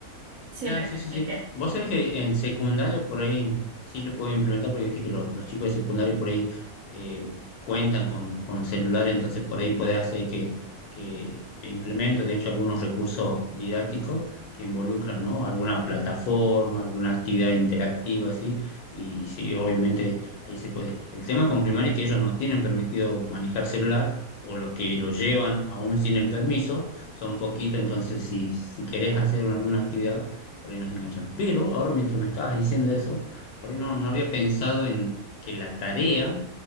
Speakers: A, on the right; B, on the left.
A: si
B: Claro,
A: me
B: sí,
A: expliqué.
B: sí, sí. Vos sabés que en secundaria por ahí sí le puedo implementar, porque viste que los, los chicos de secundaria por ahí eh, cuentan con, con celular, entonces por ahí puede hacer que, que implemento, de hecho, algunos recursos didácticos que involucran, ¿no? Alguna plataforma, alguna actividad interactiva, así, y sí, obviamente ahí se puede. El tema con primaria es que ellos no tienen permitido manejar celular, o los que lo llevan aún sin el permiso, son poquitos, entonces si, si querés hacer alguna actividad por ahí nos enganchan. Pero ahora mientras me estabas diciendo eso, por ahí no, no había pensado en que la tarea